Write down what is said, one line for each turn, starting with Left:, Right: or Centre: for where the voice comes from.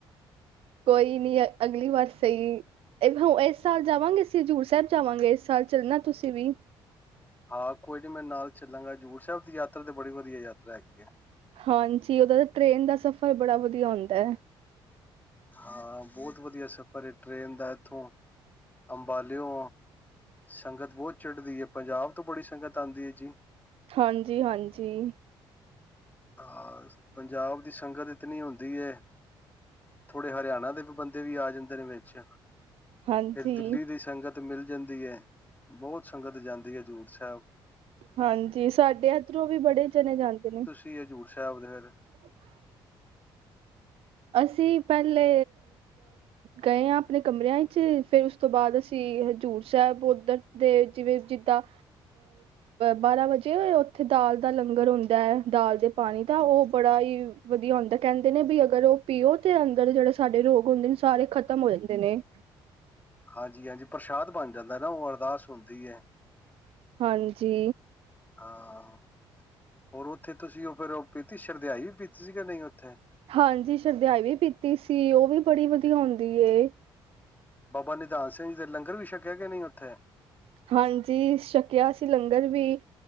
Right: ਈ ਨੀ ਅਗਲੀ ਵਾਰ ਸਹੀ ਇਸ ਸਾਲ ਜਾਵਾਂਗੇ, ਅਸੀਂ ਹਜ਼ੂਰ ਸਾਹਿਬ ਜਾਵਾਂਗੇ, ਇਸ ਸਾਲ ਚੱਲਣਾ ਤੁਸੀਂ ਵੀ
Left: ਹਾਂ ਕੋਈ ਨੀ ਮੈਂ ਨਾਲ ਚੱਲਾਂਗਾ, ਸਾਹਿਬ ਦੀ ਯਾਤਰਾ ਤੇ ਬੜੀ ਵਧੀਆ ਯਾਤਰਾ ਹੈਗੀ ਹੈ।
Right: ਹਾਂਜੀ, ਉਹਦਾ ਦਾ ਟ੍ਰੇਨ ਦਾ ਸਫ਼ਰ ਬੜਾ ਵਧੀਆ ਹੁੰਦਾ ਹੈ।
Left: ਹਾਂ ਬਹੁਤ ਵਧੀਆ ਸਫ਼ਰ ਟ੍ਰਰੇਨ ਦਾ ਇੱਥੋਂ ਅੰਬਾਲਿਓ ਸੰਗਤ ਬਹੁਤ ਚੜ੍ਹਦੀ ਹੈ, ਪੰਜਾਬ ਤੋਂ ਬੜੀ ਸੰਗਤ ਆਉਂਦੀ ਹੈ ਜੀ।
Right: ਹਾਂਜੀ-ਹਾਂਜੀ,
Left: ਹਾਂ ਪੰਜਾਬ ਦੀ ਸੰਗਤ ਇਤਨੀ ਹੁੰਦੀ ਹੈ, ਥੋੜ੍ਹੇ ਹਰਿਆਣਾ ਦੇ ਵੀ ਬੰਦੇ ਵੀ ਆ ਜਾਂਦੇ ਨੇ ਵਿੱਚ
Right: ਹਾਂਜੀ
Left: ਫਿਰ ਦਿੱਲੀ ਦੀ ਸੰਗਤ ਮਿਲ ਜਾਂਦੀ ਹੈ, ਬਹੁਤ ਸੰਗਤ ਜਾਂਦੀ ਹੈ ਹਜ਼ੂਰ ਸਾਹਿਬ
Right: ਹਾਂਜੀ, ਸਾਡੇ ਐਧਰੋਂ ਵੀ ਬੜੇ ਜਣੇ ਜਾਂਦੇ ਨੇ।
Left: ਵੀ ਹਜੂਰ ਸਾਹਿਬ ਦੇ ਫੇਰ
Right: <inaudible> <inaudible> ਅਸੀਂ ਪਹਿਲੇ ਗਏ ਆ ਆਪਣੇ ਕਮਰਿਆਂ ਚ ਫਿਰ ਉਸ ਤੋਂ ਬਾਅਦ ਅਸੀਂ ਹਜੂਰ ਸਾਹਿਬ ਉਧਰ ਦੇ ਜਿਵੇਂ ਜਿੱਦਾਂ ਬਾਰਾ ਵਜੇ ਉਥੇ ਦਾਲ ਦਾ ਲੰਗਰ ਹੁੰਦਾ ਦਾਲ ਦੇ ਪਾਣੀ ਦਾ ਉਹ ਬੜਾ ਹੀ ਵਧੀਆ ਹੁੰਦਾ ਕਹਿੰਦੇ ਨੇ ਵੀ ਅਗਰ ਉਹ ਪੀਓ ਤੇ ਅੰਦਰ ਜੇੜੇ ਸਾਡੇ ਰੋਗ ਹੁੰਦੇ ਨੇ ਸਾਰੇ ਖਤਮ ਹੋ ਜਾਂਦੇ ਨੇ।
Left: ਹਾਂਜੀ ਹਾਂਜੀ, ਪ੍ਰਸ਼ਾਦ ਬਣ ਜਾਂਦੈ ਨਾ ਔ ਅਰਦਾਸ ਹੋੰਦੀ ਏ।
Right: ਹਾਂਜੀ।
Left: ਹਾਂ ਹੋਰ, ਔਥੇ ਤੁਸੀਂ ਔ ਫੇਰ ਔ ਪੀਤੀ ਸ਼ਰਦਿਆਈ ਵੀ ਪੀਤੀ ਸੀ ਕਿ ਨਹੀਂ ਔਥੇ?
Right: ਹਾਂਜੀ, ਸ਼ਰਧਿਆਈ ਵੀ ਪੀਤੀ ਸੀ, ਔ ਵੀ ਬੜੀ ਵਧੀਆ ਹੁੰਦੀ ਏ।
Left: ਬਾਬਾ ਨਿਧਾਨ ਸਿੰਘ ਜੀ ਦੇ ਲੰਗਰ ਵੀ ਛਕਿਐ ਕਿ ਨਹੀਂ ਔਥੇ?
Right: ਹਾਂਜੀ, ਛਕਿਆ ਸੀ ਲੰਗਰ ਵੀ।